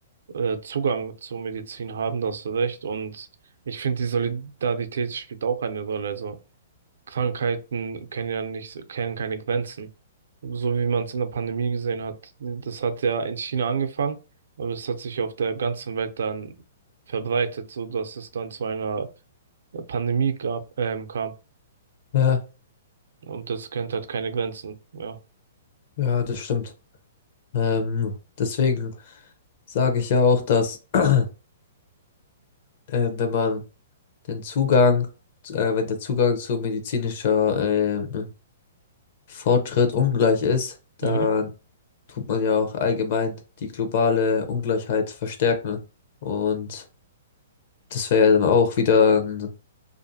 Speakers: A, on the right; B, on the left.
A: äh, Zugang zur Medizin haben, da hast du recht. Und ich finde, die Solidarität spielt auch eine Rolle. Also Krankheiten kennen ja nicht, kennen keine Grenzen. So wie man es in der Pandemie gesehen hat, das hat ja in China angefangen, aber es hat sich auf der ganzen Welt dann verbreitet, so dass es dann zu einer Pandemie gab, ähm, kam.
B: Ja,
A: Und das kennt halt keine Grenzen. Ja.
B: ja, das stimmt. Ähm, deswegen sage ich ja auch, dass <clears throat> äh, wenn man den Zugang, äh, wenn der Zugang zu medizinischer ähm, Fortschritt ungleich ist, dann
A: Mhm.
B: tut man ja auch allgemein die globale Ungleichheit verstärken. Und das wäre ja dann auch wieder n-